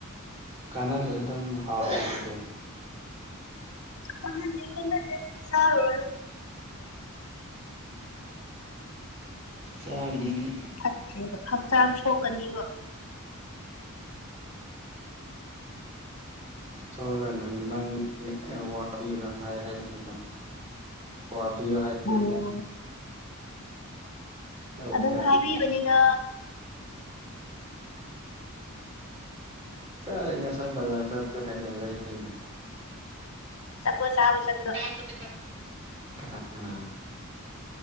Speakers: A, on the right; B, on the left.
A: ꯀꯥꯟꯅꯗ꯭ꯔꯁꯨ ꯑꯗꯨꯝ ꯍꯥꯎꯕꯅꯤ ꯀꯩꯅꯣ
B: ꯀꯥꯟꯅꯗꯦ ꯀꯥꯟꯅꯗꯦ ꯆꯥꯔꯨꯔꯅꯨ
A: ꯆꯥꯒꯅꯤ ꯑꯩꯗꯤ
B: ꯐꯠꯇ꯭ꯔꯦꯕ ꯍꯛꯆꯥꯡ ꯁꯣꯛꯀꯅꯤꯕ
A: ꯁꯣꯛꯑꯒꯅ ꯅꯪ ꯑꯩ ꯑꯩ ꯋꯥꯕꯤꯌꯣꯅ ꯍꯥꯏ ꯍꯥꯏꯔꯣꯏꯗ ꯋꯥꯕꯤꯌꯣ ꯍꯥꯏꯗꯦꯀꯣ
B: ꯑꯣ
A: ꯇꯧ
B: ꯑꯗꯨꯝ
A: ꯀꯥꯏꯅ
B: ꯍꯥꯏꯕꯤꯕꯅꯤꯗ
A: ꯑꯩ ꯉꯁꯥꯏ ꯕꯖꯥꯔ ꯆꯠ ꯀꯩ ꯀꯩ ꯂꯩꯩꯗꯣꯏꯅꯣ
B: ꯆꯄꯣꯠ ꯆꯥꯕ ꯆꯠꯄꯥ
A: <unintelligible> ꯀꯅꯥ ꯀꯅꯥ